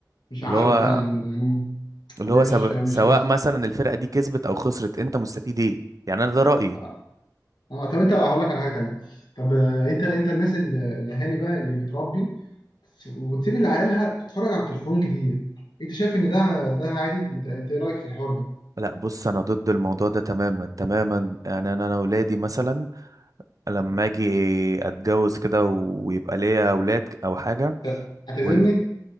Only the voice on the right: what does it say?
اللي هو
اللي
هو سب...
سواء
مثلا الفرقة دي كسبت او خسرت انت مستفيد ايه يعني انا ده رأيي
لا بص انا ضد الموضوع ده تماما تماما يعني انا انا ولادي مثلا لما اجي اتجوز كده ويبقى ليا اولاد او حاجه
وال...